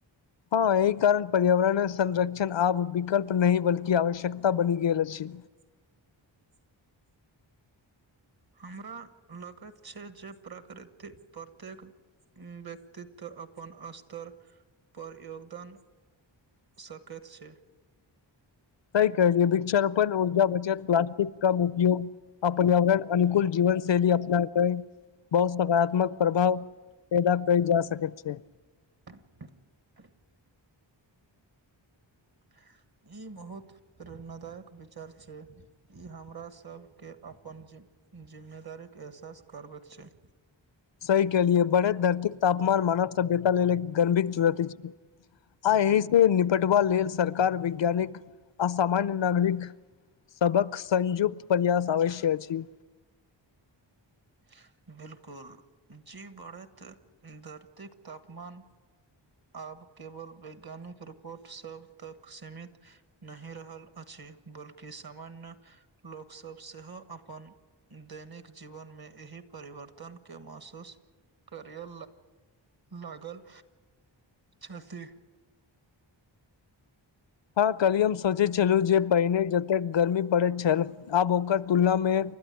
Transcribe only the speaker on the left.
हँ एहि कारण पर्यावरणय संरक्षण आब विकल्प नहि बल्कि आवश्यकता बनि गेल अछि
सही कहलियै वृक्षारोपण ऊर्जा बचत प्लास्टिक कम उपयोग आ पर्यावरण अनुकूल जीवन शैली अपनाके बहुत सकारात्मक प्रभाव पेदा कइ जा सकैत छै
सही कहलियै बढ़ैत धरतीक तापमान मानव सभ्यता लेल एक गंभीर चुनौती छै आ एहि से निपटबा लेल सरकार वैज्ञानिक आ सामान्य नागरिक सभक संयुक्त प्रयास अवश्य अछि
हँ कली हम सोचे छलु जे पहिने जते गर्मी पड़ैत छल आब ओकर तुलना मे